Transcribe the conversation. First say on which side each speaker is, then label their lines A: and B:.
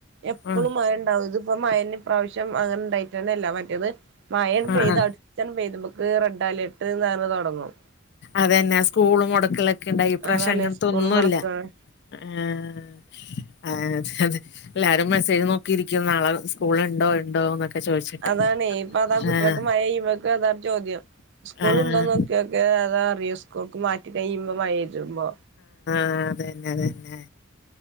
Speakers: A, on the right; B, on the left.
A: എപ്പോളും
B: ആഹ്
A: മഴ ഉണ്ടാകും ഇതിപ്പോ മഴ തന്നെ പ്രാവശ്യം അങ്ങനെ ഉണ്ടായിട്ട് തന്നെ ഇല്ല മറ്റേത് മയ അങ്ങട്ട്
B: ആഹ്
A: പെയ്താ
B: ആഹ്
A: അടു പ്പത്തേനും <unintelligible> റെഡ് അലേർട്ട് എന്ന് പറഞ്ഞ് തുടങ്ങും
B: അതന്നെ സ്കൂളു മൊടക്കല ക്കെ ഉണ്ടായി ഈ പ്രാവശ്യം
A: അതാണ്
B: അങ്ങനത്തെ
A: സ്കൂളും
B: ഒന്നും
A: മുടക്കാണ്
B: ഇല്ല ആഹ് ആഹ് അതെ എല്ലാരും മെസ്സേജ് നോക്കിയിരിക്കും നാളെ സ്കൂളുണ്ടോ ഉണ്ടോ എന്നൊക്കെ ചോദിച്ചിട്ട്
A: അതാണേ ഇപ്പൊ അതാ കുട്ടികൾക്ക്
B: ആഹ്
A: മയ പെയ്യുമ്പോഴേക്കെ അതാണ് ചോദ്യം സ്കൂൾ
B: ആഹ്
A: ഉണ്ടോന്ന് നോക്കിയോക്കെ അതാ അറിയോ സ്കൂൾക്ക് മാറ്റി കഴിയുമ്പോ മഴരുമ്പോ
B: ആഹ് അതന്നെ അതന്നെ